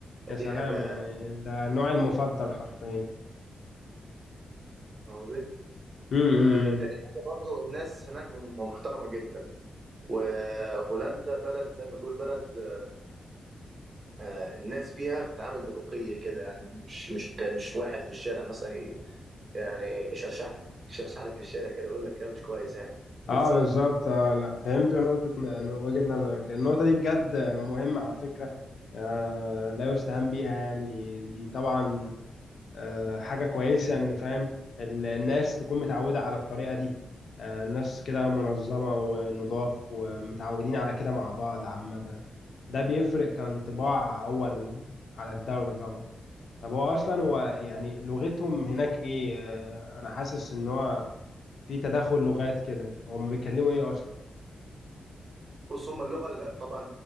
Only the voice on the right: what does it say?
فدي
حاجة
فاهم قصدي
آه، تاني حاجة برضو الناس هناك م- محترمة جدا وهولندا بلد زي ما تقول بلد آه، الناس فيها بتتعامل برقي كده يعني مش مش مش واحد في الشارع مثلا ي- يعني يشرشح لك <laughs> يشرشح لك في الشارع كده يقول لك كلام مش كويس يعني من
غير سبب
بص هما اللغة ال- طبعا